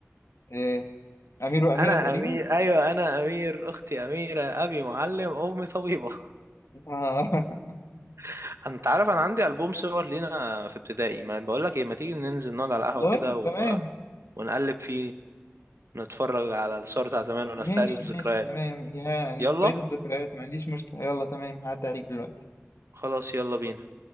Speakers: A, on the left; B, on the right.
A: آه أمير وأميرة
B: انا
A: تقريبا
B: امير ايوه انا امير اختي اميره ابي معلم امي طبيبه
A: آه <laughs>
B: <laughs> انت عارف انا عندي البوم صور لينا في ابتدائي ما بقول لك ايه ما تيجي ننزل نقعد على القهوه
A: والله
B: كده
A: تمام
B: ونقلب فيه نتفرج على الصور بتاع زمان ونستعيد
A: ماشي
B: الذكريات
A: ماشي تمام يا نستعيد
B: يلا
A: الذكريات ما عنديش مشكلة يلا تمام هعدي عليك دلوقتي
B: خلاص يلا بينا